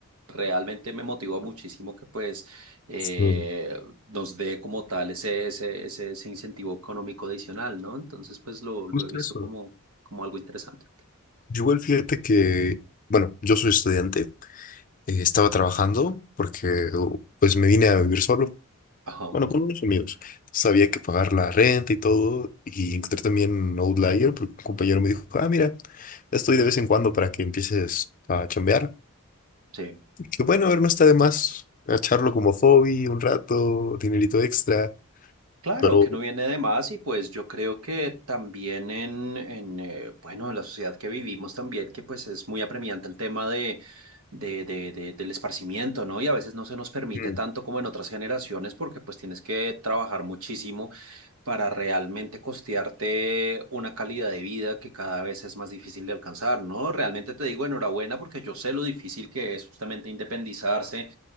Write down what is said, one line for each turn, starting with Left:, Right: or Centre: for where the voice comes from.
Right: realmente me motivó muchísimo que pues eh,
Left: este,
Right: nos dé como tal ese, ese, ese, ese incentivo económico adicional, ¿no? Entonces, pues lo, lo
Left: justo
Right: he visto
Left: eso.
Right: como, como algo interesante.
Left: Yo igual fíjate que, bueno, yo soy estudiante. eh, estaba trabajando porque u- pues me vine a vivir solo,
Right: Ajá,
Left: bueno, con unos amigos. Sabía que pagar la renta y todo, y encontré también Outlier, porque un compañero me dijo, ah, mira, estoy de vez en cuando para que empieces a chambear.
Right: sí.
Left: Y bueno, a ver, no está de más echarlo como hobby un rato, dinerito extra,
Right: Claro
Left: pero...
Right: que no viene de más y pues yo creo que también en, en eh, bueno, en la sociedad que vivimos también, que pues es muy apremiante el tema de, de, de, de- del esparcimiento, ¿no? Y a veces no se nos permite
Left: mm,
Right: tanto como en otras generaciones porque pues tienes que trabajar muchísimo para realmente costearte una calidad de vida que cada vez es más difícil de alcanzar, ¿no? Realmente te digo enhorabuena porque yo sé lo difícil que es justamente independizarse